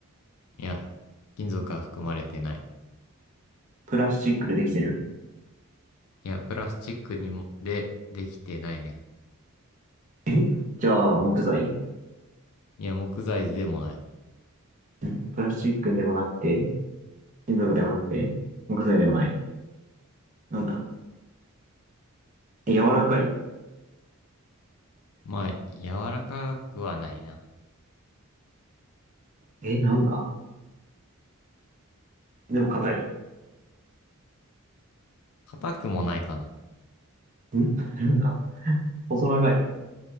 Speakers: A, on the left; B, on the right.
A: いや、金属は含まれてない。
B: プラスチックでできてる。
A: いや、プラスチックにも、で、できてないね。
B: えじゃあ、木材
A: いや、木材でもない。
B: んプラスチックでもなくて、金属でもなくて、木材でもない。なんだ柔らかい
A: まあ、柔らかくはないな。
B: え、なんだでも硬い
A: 硬くもないかな。
B: んなんだ細長い